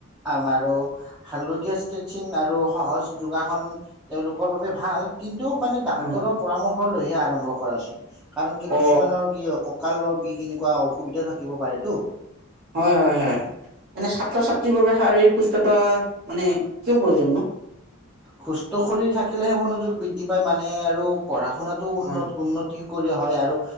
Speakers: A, in the centre; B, on the right.
A: আৰু হালধীয়া ষ্ট্ৰেছিং আৰু সহজ যোগাসন, তেওঁলোকৰ বাবে ভাল। কিন্তু মানে ডাক্তৰৰ
B: হয় হয়
A: পৰামৰ্শ সকলোৱে আৰম্ভ কৰা উচিত। কাৰণ কি
B: অ
A: কিছুমানৰ কি কঁকালৰ কেনেকুৱা অসুবিধা থাকিব পাৰেটো।
B: হয় হয়। হয়, এনে ছাত্ৰ-ছাত্ৰীৰ বাবে শাৰীৰিক সুস্থতা মানে কিয় প্ৰয়োজন?
A: সুস্থ শৰীৰ থাকিলেহে, মনোযোগ বৃদ্ধি পায় মানে আৰু পঢ়া শুনাতটো উন্ন-উন্নতি
B: হয়
A: কৰি হয় আৰু